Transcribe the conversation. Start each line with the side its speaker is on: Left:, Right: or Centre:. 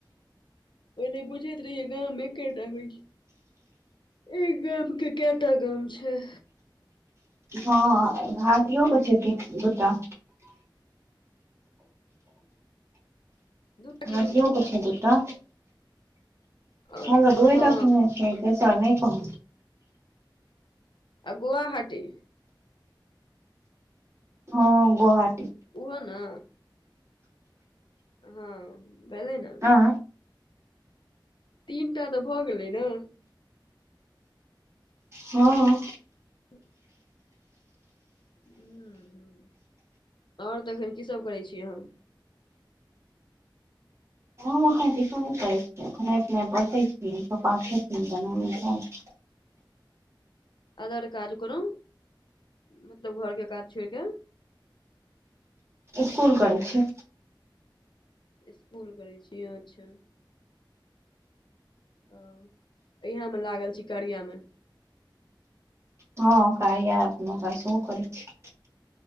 Left: पहिले बुझैत रहियै गाममे एकककेटा होइ एक गव के कैटा गाम छै
Right: हँ ह दऔक छथि गोटा
Left: दूटा कि
Right: हँ
Left: तीनटा
Right: ज किछ दू त
Left: आओर
Right: हम त दूर
Left: हँ
Right: त सुनने आर नहि कह
Left: आ गुवाहाटी
Right: हँ गुआहाटी
Left: ओहो ने हँ भेलै नऽ
Right: आँ
Left: तीनटा तऽ भऽ गेलै ने
Right: हँ
Left: <inaudible> हँ हँ आओर तखन की सब करै छी अहाँ
Right: हम एखन किछो नहि करै छिय अपने बते छी पप्पा खेतहिन तहन हमहुँ खैब
Left: अदर काज कोनो मतलब घर के काज छोड़ क
Right: स्कुल करै छी
Left: स्कुल करै छियै अच्छा ओ इहमे लागल छी करियामे
Right: हँ क मगै कर <unintelligible>